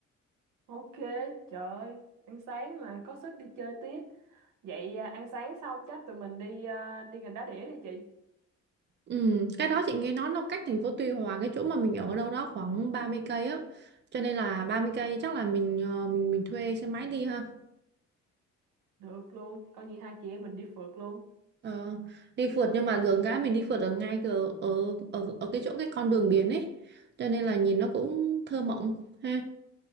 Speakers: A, on the right (about 85°); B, on the right (about 40°).
A: Ok, trời ơi, ăn sáng mà có sức đi chơi tiếp. Vậy à, ăn sáng xong chắc tụi mình đi à, đi gần đá đĩa đi chị.
B: ừ, cái đó chị nghe nói nó cách thành phố Tuy Hòa cái chỗ mà mình ở ở đâu đó khoảng 30 cây á cho nên là 30 cây chắc là mình ờ, mình mình thuê xe máy đi ha
A: Được luôn, coi như hai chị em mình đi phượt luôn.
B: Ờ, đi phượt nhưng mà đường cái mình đi phượt ở ngay ở ở ở, ở cái chỗ cái con đường biển ấy cho nên là nhìn nó cũng thơ mộng ha